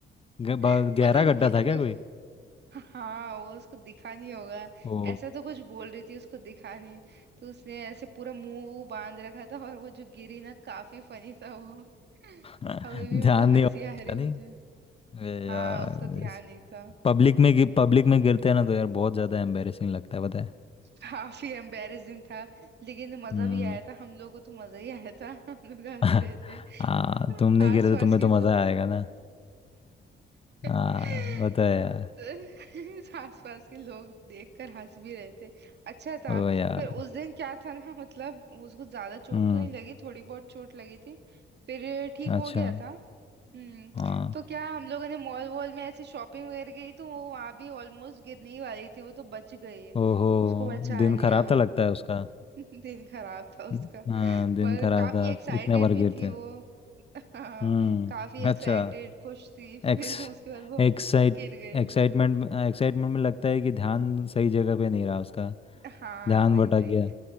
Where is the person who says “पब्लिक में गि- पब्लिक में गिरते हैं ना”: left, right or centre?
Left